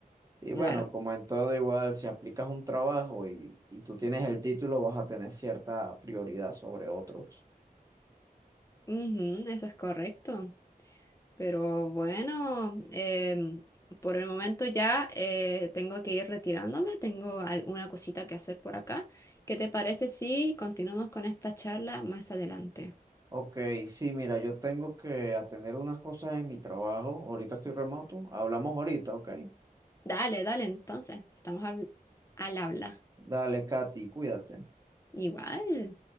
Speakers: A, on the right; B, on the left.
A: Y bueno,
B: Claro,
A: como en todo igual, si aplicas un trabajo y, y tú tienes el título, vas a tener cierta prioridad sobre otros.
B: Ujú, eso es correcto. Pero bueno, em, por el momento ya eh, tengo que ir retirándome, tengo alguna cosita que hacer por acá. ¿Qué te parece si continuamos con esta charla más adelante?
A: Ok, sí, mira, yo tengo que atender unas cosas en mi trabajo. Ahorita estoy remoto. Hablamos ahorita, ok.
B: Dale, dale, entonces, estamos al al habla.
A: Dale, Katy, cuídate.
B: Igual.